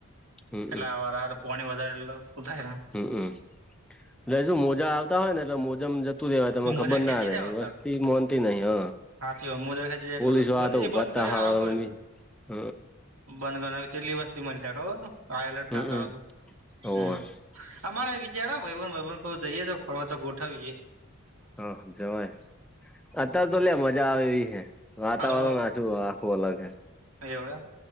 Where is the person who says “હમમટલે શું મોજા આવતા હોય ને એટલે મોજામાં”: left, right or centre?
Centre